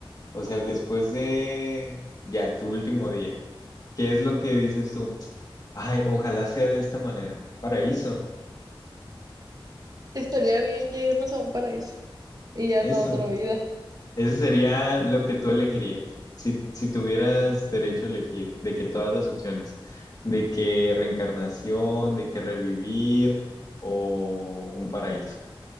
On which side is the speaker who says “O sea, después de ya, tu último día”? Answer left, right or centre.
Left